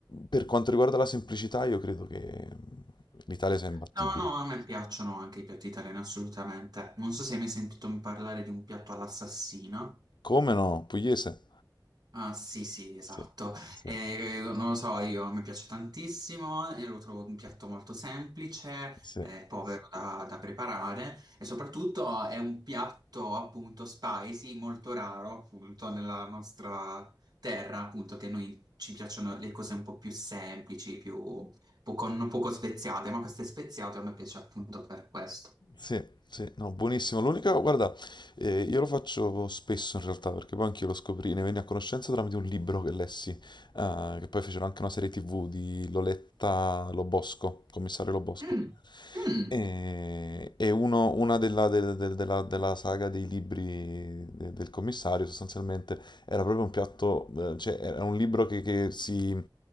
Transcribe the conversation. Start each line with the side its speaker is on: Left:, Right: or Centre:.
Left: per quanto riguarda la semplicità io credo che l'Italia sia imbattibile.
Right: No, no, a me piacciono anche i piatti italiani, assolutamente. Non so se hai mai sentito parlare di un piatto all'assassino.
Left: Come no? Pugliese?
Right: Ah, sì, sì, esatto.
Left: Sì, sì,
Right: Eh, non lo so, io, a me piace tantissimo, e lo trovo un piatto molto semplice,
Left: sì.
Right: eh, povero da, da preparare e soprattutto è un piatto appunto spicy, molto raro appunto nella nostra terra, appunto che noi ci piacciono le cose un po' più semplici, più poco, non poco speziate, ma questo è speziato e a me piace appunto per questo.
Left: Sì, sì, no, buonissimo. L'unica, guarda, eh, io lo faccio spesso in realtà, perché poi anch'io lo scoprì, ne venni a conoscenza tramite un libro che lessi, eh, che poi fecero anche una serie TV di Loletta Lobosco, commissario Lobosco.
Right: Mm, mm,
Left: E, e uno, una della, del- del- della- della saga dei libri de- del commissario sostanzialmente era proprio un piatto, eh, cioè era un libro che, che si,